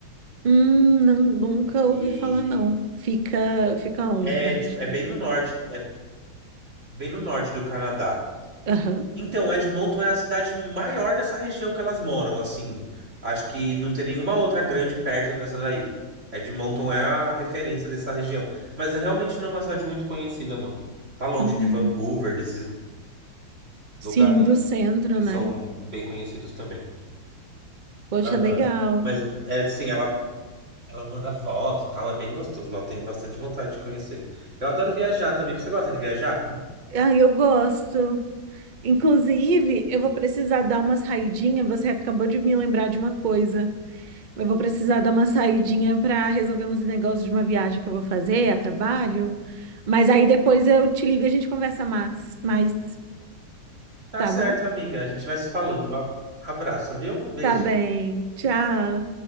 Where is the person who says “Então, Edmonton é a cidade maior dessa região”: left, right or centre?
Right